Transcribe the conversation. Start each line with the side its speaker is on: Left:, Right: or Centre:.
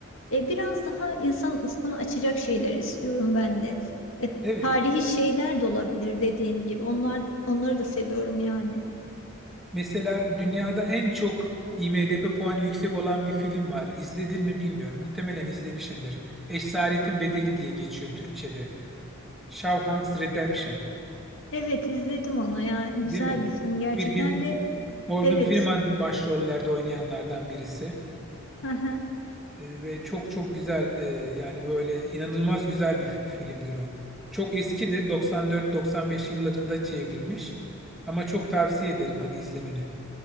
Left: E, biraz daha insan ufkunu açacak şeyler istiyorum ben de. E,
Centre: Evet.
Left: tarihi şeyler de olabilir dediğin gibi. Onlar onları da seviyorum yani.
Centre: Mesela dünyada en çok IMDb puanı yüksek olan bir film var. İzledin mi bilmiyorum. Muhtemelen izlemişsindir. Esaretin Bedeli diye geçiyor Türkçe'de. Shawshank Redemption,
Left: Evet izledim onu ya. Güzel
Centre: değil mi?
Left: bir film gerçekten
Centre: Firgin,
Left: de
Centre: Morgan
Left: evet.
Centre: Freeman başrollerde oynayanlardan birisi.
Left: <laughs>
Centre: E, ve çok çok güzel e, yani böyle inanılmaz güzel bir filmdir o. Çok eskidir. 94-95 yıllarında çevrilmiş. Ama çok tavsiye ederim hani izlemeni.